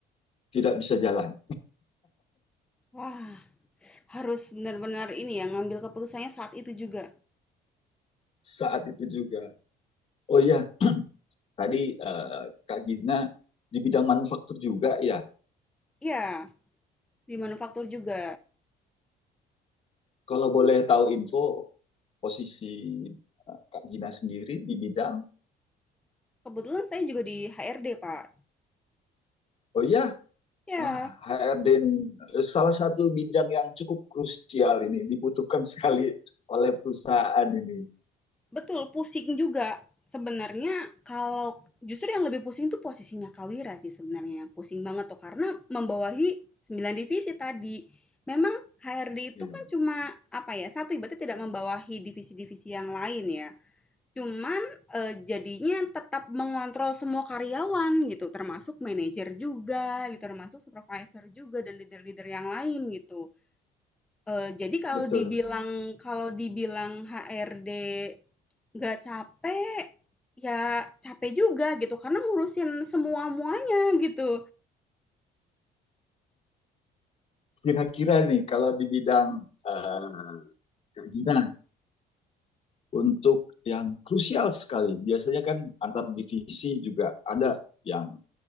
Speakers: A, on the left; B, in the centre.
A: tidak bisa jalan
B: Wah, harus benar-benar ini ya, ngambil keputusannya saat itu juga.
A: saat itu juga oh iya tadi uh, Kak Gina di bidang manufaktur juga ya
B: Ya di manufaktur juga.
A: Kalau boleh tahu info posisi eh, Kak Gina sendiri di bidang,
B: Kebetulan saya juga di HRD, Pak.
A: oh iya,
B: Ya.
A: wah HRD ini eh, salah satu bidang yang cukup krusial ini dibutuhkan <laughs> sekali oleh perusahaan ini.
B: Betul, pusing juga. Sebenarnya kalau justru yang lebih pusing tuh posisinya Kawira sih sebenarnya, yang pusing banget tuh karena membawahi 9 divisi tadi. Memang HRD
A: Iya,
B: itu kan cuma apa ya, satu berarti tidak membawahi divisi-divisi yang lain ya. Cuman, eee, jadinya tetap mengontrol semua karyawan gitu, termasuk manajer juga gitu, termasuk supervisor juga dan leader-leader yang lain gitu. Eee, jadi kalau
A: betul.
B: dibilang kalau dibilang HRD Nggak capek, ya capek juga gitu, karena ngurusin semua-muanya gitu.
A: Kira-kira nih kalau di bidang eh, Kak Gina, untuk yang krusial sekali, biasanya kan antar divisi juga ada yang